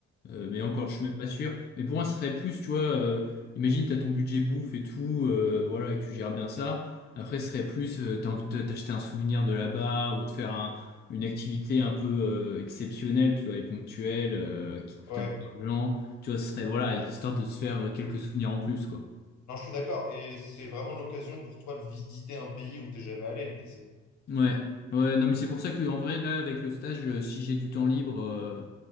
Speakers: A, on the left; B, on the left.
A: Euh, mais encore, je
B: Mm.
A: suis même pas sûr. Mais pour moi, ce serait plus, tu vois, euh, imagine, t'as ton budget bouffe et tout, euh, voilà, et tu gères bien ça. Après, ce serait plus, euh, t'as envie de t'acheter un souvenir de là-bas ou de faire un, une activité un peu euh, exceptionnelle, tu vois, et ponctuelle, euh, qui coûte
B: Ouais,
A: un peu d'argent. Tu vois, ce serait, voilà, avec l'histoire de se faire euh, quelques souvenirs en plus, quoi.
B: non, je suis d'accord. Et c'est vraiment l'occasion pour toi de visiter un pays où t'es jamais allé, le TC.
A: Ouais, ouais, non, mais c'est pour ça que en vrai, là, avec le stage, euh, si j'ai du temps libre, euh,